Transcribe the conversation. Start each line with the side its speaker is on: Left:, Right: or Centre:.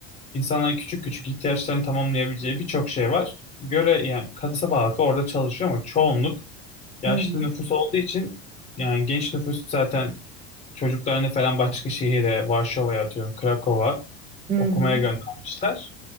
Left: İnsanların küçük küçük ihtiyaçlarını tamamlayabileceği birçok şey var. Göre yani kasaba halkı orada çalışıyor ama çoğunluk yaşlı
Right: hı hı,
Left: nüfus olduğu için yani genç nüfus zaten çocuklarını falan başka şehire, Varşova'ya atıyorum, Krakow'a
Right: hı
Left: okumaya
Right: hı.
Left: göndermişler.